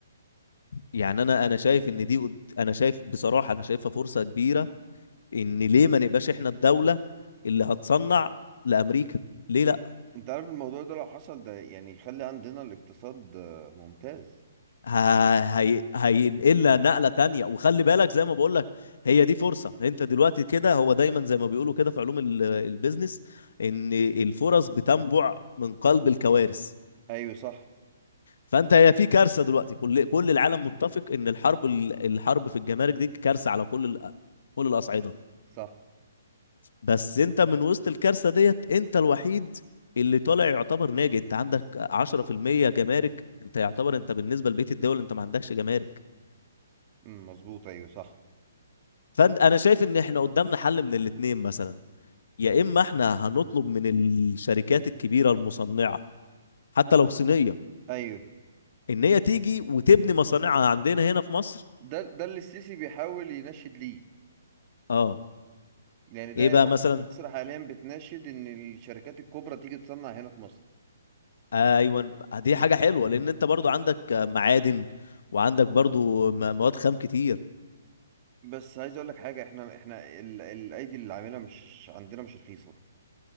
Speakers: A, on the left; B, on the right.
A: يعني انا انا شايف ان دي قد- انا شايف بصراحه انا شايفها فرصه كبيره ان ليه ما نبقاش احنا الدولة اللي هتصنع لامريكا ليه لا
B: انت عارف الموضوع ده لو حصل ده يعني يخلي عندنا الاقتصاد آه، ممتاز
A: ه-
B: يعني
A: هي... هينقلها نقلة تانية وخلي بالك زي ما بقول لك هي دي فرصة انت دلوقتي كده هو دايما زي ما بيقولوا كده في علوم ال- البيزنس ان الفرص بتنبع من قلب الكوارث
B: ايوه صح
A: فانت هي في كارثة دلوقتي كل كل العالم متفق ان الحرب ال- الحرب في الجمارك دي كارثة على كل ال... كل الأصعدة
B: صح
A: بس انت من وسط الكارثة ديت انت الوحيد اللي طالع يعتبر ناجي انت عندك 10% جمارك انت يعتبر انت بالنسبة لبقية الدول انت ما عندكش جمارك
B: امم مظبوط ايوه صح
A: فانا شايف ان احنا قدامنا حل من الاتنين مثلا يا اما احنا هنطلب من الشركات الكبيرة المصنعة حتى لو صينية
B: ايوه
A: ان هي تيجي وتبني مصانعها عندنا هنا في مصر
B: ده ده اللي السيسي بيحاول ينشد ليه
A: اه
B: يعني ده
A: ايه بقى
B: مصر
A: مثلا
B: مصر حاليا بتناشد ان الشركات الكبرى تيجي تصنع هنا في مصر
A: ايوه دي حاجة حلوة لان انت برضو عندك معادن وعندك برضو م- مواد خام كتير
B: بس عايز اقول لك حاجه احنا احنا ال- الايدي اللي عاملها مش عندنا مش رخيصه